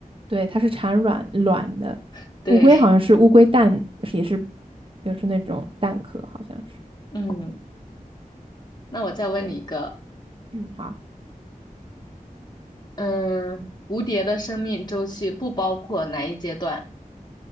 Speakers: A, on the right; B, on the left.
A: 对，它是产卵卵的。
B: <laughs> 对，
A: 乌龟好像是乌龟蛋，也是也是那种蛋壳，好像是。
B: 嗯，那我再问你一个，
A: 对，嗯，好，
B: 嗯，蝴蝶的生命周期不包括哪一阶段？